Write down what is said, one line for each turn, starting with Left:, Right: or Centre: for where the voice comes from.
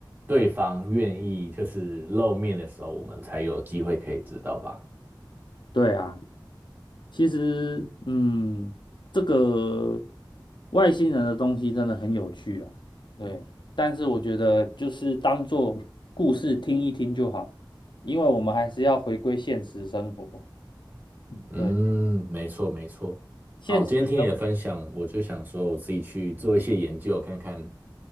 Right: 对方愿意就是露面的时候，我们才有机会可以知道吧。
Left: 对啊，其实，嗯，这个外星人的东西真的很有趣啊，对，但是我觉得就是当做故事听一听就好，因为我们还是要回归现实生活。
Right: 嗯，
Left: 对。
Right: 没错没错。
Left: 现实生
Right: 好，今天听你的分享，我就想说我自己去做一些研究，看看